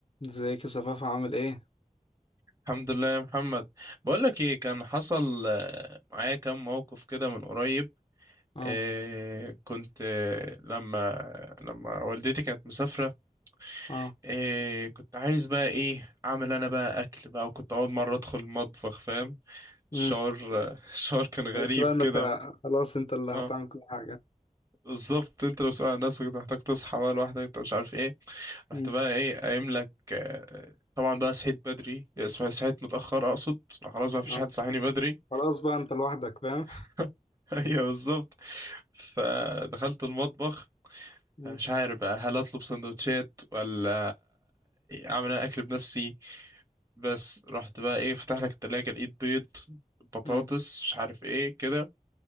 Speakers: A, on the left (about 40°); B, on the right (about 25°).
A: ازيك يا صفاف عامل ايه
B: الحمد لله يا محمد بقول لك ايه كان حصل آه، معايا كام موقف كده من قريب
A: اه
B: إيه كنت آه، لما لما والدتي كانت مسافرة
A: اه
B: إيه كنت عايز بقى ايه اعمل انا بقى اكل بقى وكنت اول مرة ادخل المطبخ فاهم
A: امم
B: الشعور آه، <laughs> الشعور كان غريب
A: بس بقى انك
B: كده
A: ه- خلاص انت اللي هتعمل
B: اه
A: كل حاجه
B: بالظبط انت لو سؤال عن نفسك كنت محتاج تصحى بقى لوحدك انت مش عارف ايه رحت
A: امم
B: بقى ايه قايم لك آه، طبعا بقى صحيت بدري صحيت متأخر اقصد خلاص ما فيش
A: اه
B: حد صحيني بدري
A: خلاص بقى انت لوحدك فاهم
B: <laughs> ايوه بالظبط فدخلت المطبخ
A: امم
B: مش عارف بقى هل اطلب سندوتشات ولا اعمل انا اكل بنفسي بس رحت بقى ايه فتح لك التلاجة لقيت بيض بطاطس
A: امم
B: مش عارف ايه كده